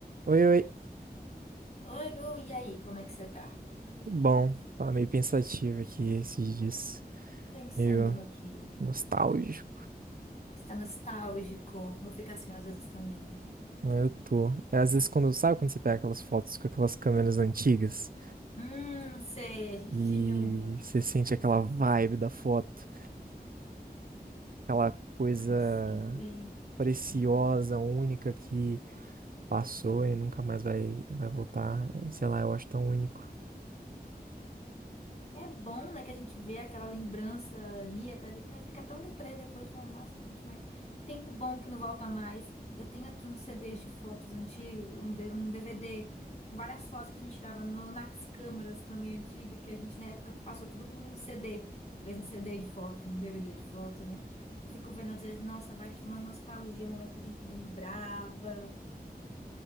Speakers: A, on the right; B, on the left.
A: Oi, oi.
B: Oi, Gu, e aí, como é que você tá?
A: Tudo bom? Tava meio pensativo aqui esses dias.
B: Pensando
A: Meio
B: no que
A: nostálgico.
B: está nostálgico, eu fico assim às vezes também.
A: Mas eu tô. É, às vezes quando, sabe quando você pega aquelas fotos com aquelas câmeras antigas
B: Hum, sei, a gente
A: e
B: tinha umas,
A: você sente aquela vibe da foto, aquela coisa
B: sei bem.
A: preciosa, única que passou e nunca mais vai, vai voltar. É, Sei lá, eu acho tão único.
B: É bom, né, que a gente vê aquela lembrança aí, até às vezes, mas fica tão deprê depois, fala, nossa, gente, mas tempo bom que não volta mais. Eu tenho aqui uns CDs de fotos antigas, um, D- um DVD, com várias fotos que a gente tirava no- nas câmeras também antigas, que a gente na época passou tudo por um CD, fez um CD de foto, um DVD de foto, né? Eu fico vendo às vezes, nossa, baixa uma nostalgia, um momento que a gente não lembrava,